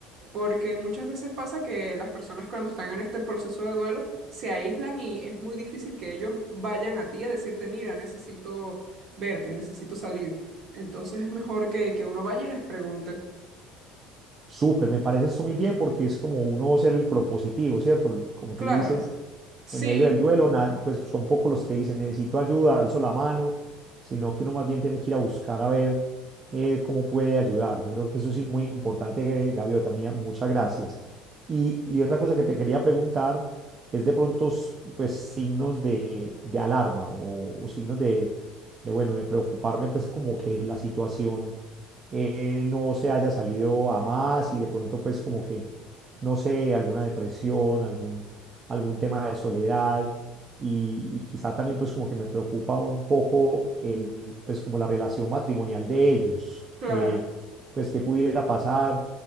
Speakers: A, on the right; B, on the right.
A: porque muchas veces pasa que las personas cuando están en este proceso de duelo se aíslan y es muy difícil que ellos vayan a ti a decirte, mira, necesito verte, necesito salir. Entonces es mejor que, que uno vaya y les pregunte.
B: Súper, me parece esto muy bien porque es como uno ser el propositivo, ¿cierto? Como
A: Claro,
B: tú dices
A: sí,
B: en medio del duelo, na- pues son pocos los que dicen necesito ayuda, alzo la mano, sino que uno más bien tiene que ir a buscar a ver eh, cómo puede ayudar. Yo creo que eso sí, muy importante, eh, Gaviota, muy- muchas gracias. Y, y otra cosa que te quería preguntar es de pronto, s- pues, signos de, de alarma o, o signos de, de, bueno, de preocuparme, pues, como que la situación eh, no se haya salido a más y de pronto, pues, como que, no sé, alguna depresión, algún algún tema de soledad y, y quizá también pues como que me preocupa un poco el, pues como la relación matrimonial de ellos,
A: claro,
B: eh, pues qué pudiera pasar.